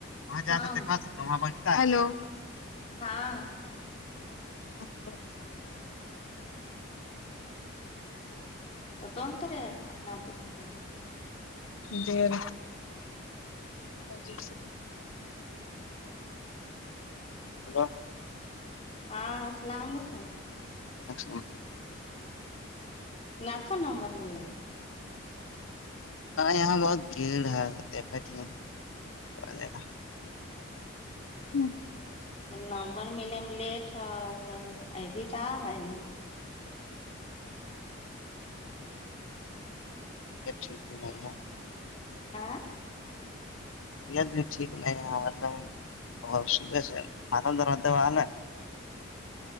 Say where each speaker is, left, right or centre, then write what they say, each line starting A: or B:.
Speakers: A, on the left; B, on the left.
A: وہاں جا
B: شام
A: کر دیکھا سکتے وہاں بیٹ ہیلو
B: ہاں
A: اچا <inaudible>
B: تودونتر اپنا بک فون
A: جیر ہاں جی ہیلو
B: ہاں السلام علیکم
A: وعلیکم السلام
B: ناکخو نمبر ملا
A: یہاں بہت بھیڑ ہے دیکھاتے ہیں تو ملے گا ہوں
B: نمبر ملے میں لیٹ ہے تو ابھی تو نہیں
A: ٹھیک بھی نہیں ہے <unintelligible>
B: آ <inaudible>
A: طبیعت بھی ٹھیک نہیں ہے مطلب صبح سے ماتل دروازے وال ہے